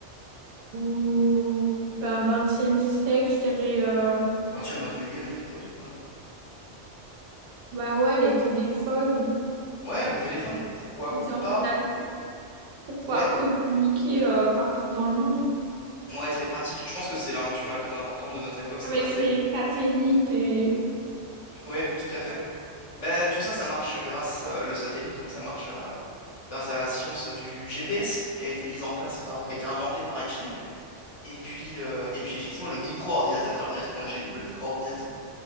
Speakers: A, on the right; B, on the left.
A: Mmh, ben, 20 siècle, je dirais, euh,
B: XXe, XXIe, il n'y a pas de voilà.
A: bah ouais, les téléphones,
B: Ouais, le téléphone, pourquoi
A: les ordinateurs.
B: pas?
A: pour pouvoir
B: Ouais,
A: communiquer euh, partout dans le monde
B: ouais, très pratique. Je pense que c'est l'invention la plus importante de notre époque, c'est
A: avec
B: vrai, c'est
A: les satellites et
B: ouais,
A: tout
B: tout
A: ça,
B: à fait.
A: quoi.
B: Mais tout ça, ça marche grâce euh, le satellite, donc ça marche à- grâce à la science du GPS qui a été mise en place par, qui a été inventée par Einstein. Et puis, euh, et puis effectivement, le micro-ordinateur, c'est l'ordinateur qu'on a chez nous, le micro-ordinateur.